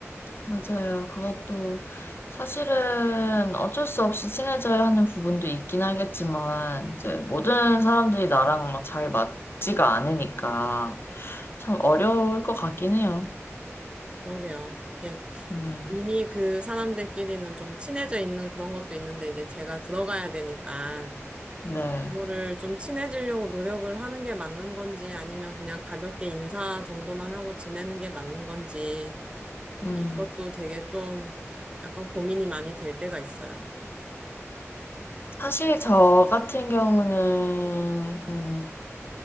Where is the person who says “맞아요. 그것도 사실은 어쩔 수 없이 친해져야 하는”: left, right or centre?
Left